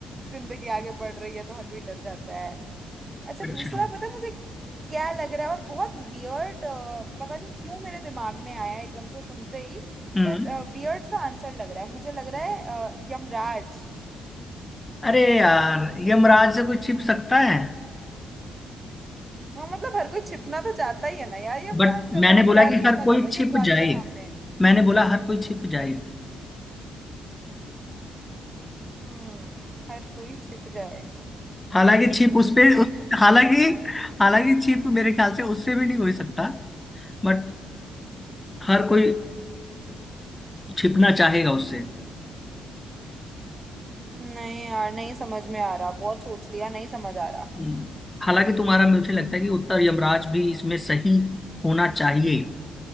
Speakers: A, on the right (about 25°); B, on the left (about 15°).
A: जिंदगी आगे बढ़ रही है तो हर कोई डर जाता है अच्छा
B: अच्छा
A: दूसरा पता है मुझे क्या लग रहा है और बहुत वियर्ड पता नहीं क्यों मेरे दिमाग में आया एकदम से सुनते ही
B: हम्म
A: पर वियर्ड सा आंसर लग रहा है मुझे लग रहा है अ, यमराज
B: अरे यार यमराज से कोई छिप सकता है
A: हाँ मतलब हर कोई छिपना तो चाहता ही है ना यार यमराज
B: बट
A: से
B: मैंने
A: मतलब
B: बोला
A: कौन
B: कि
A: ही
B: हर
A: आना
B: कोई
A: चाहता है
B: छिप
A: यमराज
B: जाए
A: के सामने
B: मैंने बोला हर कोई छिप जाए
A: हम्म हर कोई छिप जाए
B: हालांकि छिप उस पे
A: नहीं
B: उस, हालांकि हालांकि छिप मेरे ख्याल से उससे भी नहीं हो ही सकता बट हर कोई छिपना चाहेगा उससे
A: नहीं यार नहीं समझ में आ रहा बहुत सोच लिया नहीं समझ आ रहा
B: हम्म। हालांकि तुम्हारा मुझे लगता है कि उत्तर यमराज भी इसमें सही होना चाहिए